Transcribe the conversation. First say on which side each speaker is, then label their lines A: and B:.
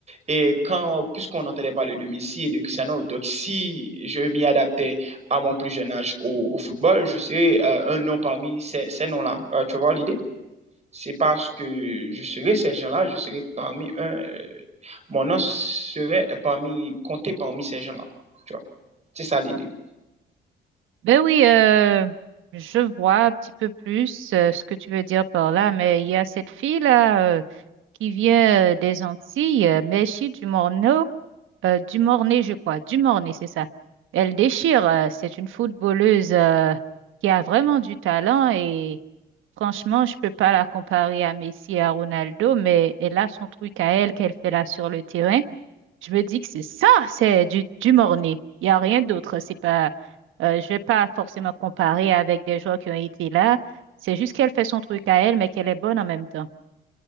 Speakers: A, on the right; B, on the right.
A: et quand, puisqu'on entendait parler de Messi et de Cristiano, donc si je m'y adaptais à mon plus jeune âge au, au football, je serais euh, un nom parmi ces, ces noms-là. Euh, tu vois l'idée? C'est parce que je serais ces gens-là, je serais parmi un, euh, mon nom serait parmi, compté parmi ces gens-là. Tu vois, c'est ça l'idée.
B: Ben oui, euh, je vois un petit peu plus euh, ce que tu veux dire par là, mais il y a cette fille-là euh, qui vient euh, des Antilles, euh, Mechi du Morneau. Euh, du Mornay, je crois. Du Mornay, c'est ça. Elle déchire. euh, c'est une footballeuse euh, qui a vraiment du talent et franchement, je peux pas la comparer à Messi et à Ronaldo, mais elle a son truc à elle qu'elle fait là sur le terrain. Je me dis que c'est ça, c'est du, du Mornay. Il n'y a rien d'autre. C'est pas, euh, je vais pas forcément comparer avec des joueurs qui ont été là. C'est juste qu'elle fait son truc à elle, mais qu'elle est bonne en même temps.